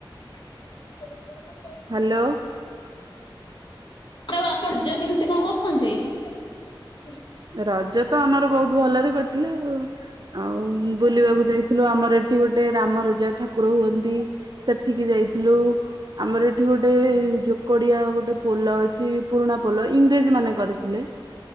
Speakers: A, on the left (about 70°); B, on the right (about 55°).
A: <unintelligible>
B: ହା ଲୋ।
A: ମ୍ୟାଡ଼ାମ ଆପଣ ଯ କେମିତି କଣ କରୁଛନ୍ତି।
B: ରଜ ତ ଆମର ବହୁତ ଭଲରେ କଟିଲା ଆଉ, ଆଉ ବୁଲିବାକୁ ଯାଇ ଥିଲୁ ଆମର ଏଠି ଗୋଟେ ରାମ ରଜା ଠାକୁର ହୁଅନ୍ତି। ସେଠିକି ଯାଇଥିଲୁ। ଆମର ଏଠି ଗୋଟେ ଯୋକଡିଆ ଗୋଟେ ପୋଲ ଅଛି ପୁରୁଣା ପୋଲ। ଇଂରେଜ ମାନେ କରିଥିଲେ